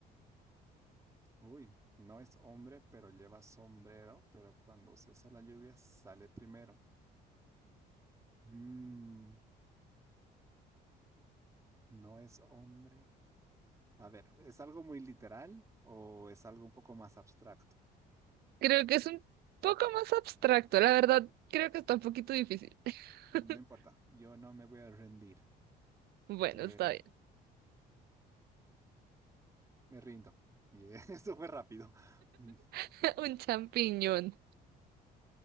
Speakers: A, on the right; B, on the right.
A: Uy, no es hombre, pero lleva sombrero, pero cuando se hace la lluvia sale primero. Mm, no es hombre. A ver, ¿es algo muy literal o es algo un poco más abstracto?
B: Creo que es un poco más abstracto, la verdad, creo que está un poquito difícil. <laughs>
A: No importa, yo no me voy a rendir.
B: Bueno,
A: Eh,
B: está bien.
A: me rindo. Y <laughs> esto fue rápido. <laughs>
B: <laughs> Un champiñón.